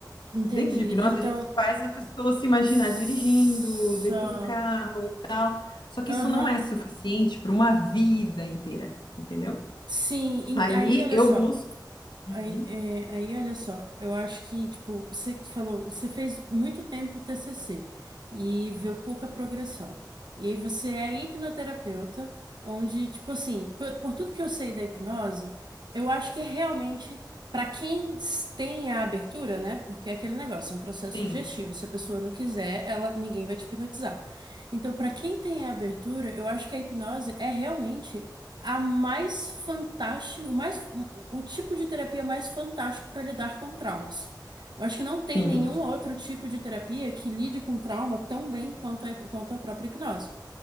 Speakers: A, on the right; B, on the left.
A: Entendi.
B: Dentro de hipnose,
A: Então,
B: a gente faz a pessoa se imaginar
A: só.
B: dirigindo dentro do carro. Só que
A: Aham.
B: isso não é suficiente para uma vida inteira, entendeu?
A: Sim, en-
B: Aí
A: aí olha
B: eu
A: só.
B: busco. Uhum.
A: Aí, é, aí, olha só, eu acho que, tipo, você falou, você fez muito tempo o TCC e viu pouca progressão. E aí você é hipnoterapeuta, onde, tipo assim, por, por tudo que eu sei da hipnose, eu acho que é realmente, para quem s- tem a abertura, né? Porque é aquele negócio, é um processo
B: Sim,
A: sugestivo. Se a pessoa não quiser, ela, ninguém vai te hipnotizar. Então, para quem tem a abertura, eu acho que a hipnose é realmente a mais fantástica, o mais, o o tipo de terapia mais fantástico para lidar com traumas. Eu acho que não tem
B: sim.
A: nenhum outro tipo de terapia que lide com trauma tão bem quanto a, quanto a própria hipnose.